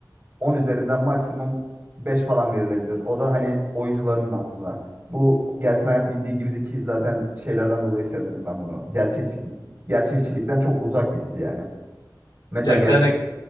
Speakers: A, on the right; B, on the left.
A: On üzerinden maksimum 5 falan verilebilir. O da hani oyuncularının hatırına. Bu Gelsin Hayat bildiği gibideki zaten şeylerden dolayı sevmedim ben bunu. Gerçekçi, gerçekçilikten çok uzak bir dizi yani. Mesela
B: Ya bir tane...